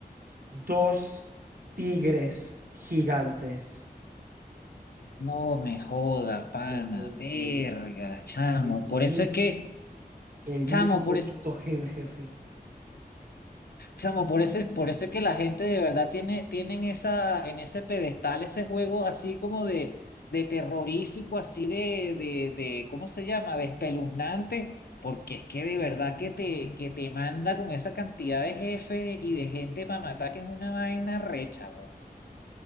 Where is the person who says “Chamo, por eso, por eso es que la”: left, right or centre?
Left